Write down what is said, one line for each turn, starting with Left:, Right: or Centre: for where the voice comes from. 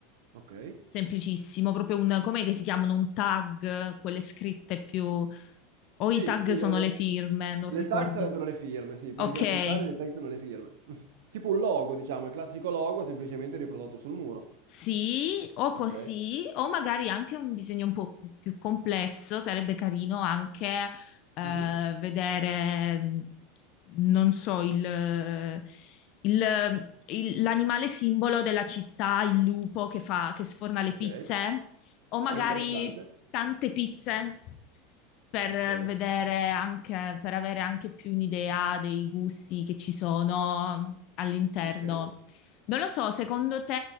Right: Ok.
Left: Semplicissimo, proprio un, com'è che si chiamano? Un tag, quelle scritte più... O
Right: Sì,
Left: i tag
Right: sì,
Left: sono
Right: le, le-
Left: le firme, non
Right: le
Left: ricordo.
Right: tag sarebbero le firme, sì, per
Left: Ok,
Right: i graffitari le tag sono le firme. <laughs> Tipo un logo, diciamo, il classico logo semplicemente riprodotto sul muro.
Left: Sì, o così,
Right: Ok.
Left: o magari anche un disegno un po' più complesso, sarebbe carino anche eh,
Right: Mhm,
Left: vedere, mm, non so, il- eh, il- il- l'animale simbolo della città, il lupo che fa, che sforna le
Right: Ok.
Left: pizze, o magari
Right: Ah, interessante.
Left: tante pizze per
Right: Ok,
Left: vedere anche, per avere anche più un'idea dei gusti che ci sono all'interno.
Right: ok.
Left: Non lo so, secondo te...